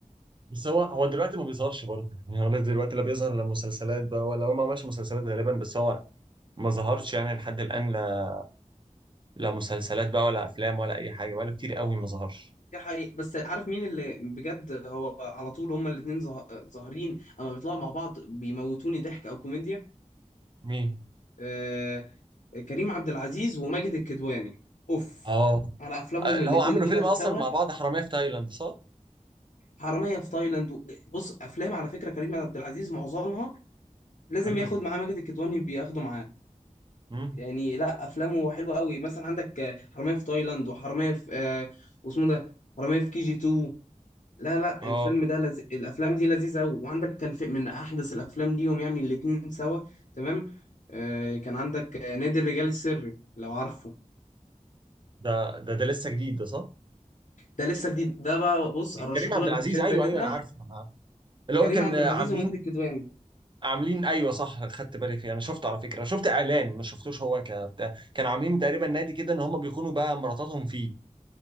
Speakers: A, on the right; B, on the left.
A: بس هو هو دلوقتي ما بيظهرش برضه يعني هو دلوقتي لا بيظهر لا مسلسلات بقى ولا هو ما عملش مسلسلات غالبا بس هو ما ظهرش يعني لحد الان لا لا مسلسلات بقى ولا افلام ولا اي حاجه بقى له كتير قوي ما ظهرش
B: دي حقيقة بس عارف مين اللي بجد هو على طول هما الاتنين ظاه- ظاهرين اما بيطلعوا مع بعض بيموتوني ضحك او كوميديا
A: مين
B: آه كريم عبد العزيز وماجد الكدواني اوف
A: اه
B: على افلامهم
A: اللي
B: الاتنين
A: هو عملوا
B: دول
A: فيلم اصلا
B: سوا
A: مع بعض حراميه في تايلاند صح؟
B: حرامية في تايلاند و- بص افلام على فكرة كريم عبد العزيز معظمها لازم
A: حلو
B: ياخد معاه ماجد الكدواني بياخده معاه
A: مم.
B: يعني لا افلامه حلوة قوي مثلا عندك آه، حرامية في تايلاند وحرامية في آه واسمه ده حرامية في كي جي 2 لا لا
A: اه
B: الفيلم ده لذي... الافلام دي لذيذه قوي وعندك كان في من احدث الافلام ليهم يعني الاتنين سوا تمام آه كان عندك آه، نادي الرجال السري لو عارفه
A: ده ده ده لسه جديد ده صح؟
B: ده لسه جديد ده بقى بص ارشحهولك
A: كريم عبد العزيز
B: بشده
A: ايوه
B: كده
A: ايوه انا عارفه انا عارفه اللي
B: كريم
A: هو كان
B: عبد
A: عاملين
B: العزيز وماجد الكدواني
A: عاملين ايوه صح خدت بالي فيه انا شفته على فكره انا شفت اعلان ما شفتوش هو كبتاع كانوا عاملين تقريبا نادي كده ان هم بيخونوا بقى مراتاتهم فيه